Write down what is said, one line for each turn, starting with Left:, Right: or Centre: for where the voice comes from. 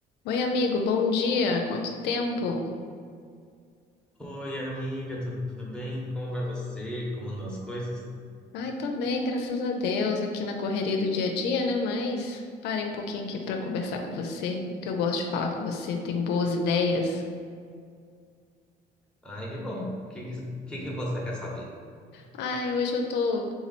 Left: Oi, amigo, bom dia. Quanto tempo?
Centre: Oi, amiga, tudo bem? Como vai você? Como andam as coisas?
Left: Ai, tô bem, graças a Deus, aqui na correria do dia a dia, né? Mas parei um pouquinho aqui pra conversar com você, que eu gosto de falar com você, tem boas ideias.
Centre: Ai, que bom. O que, que, que que você quer saber?
Left: Ai, hoje eu tô,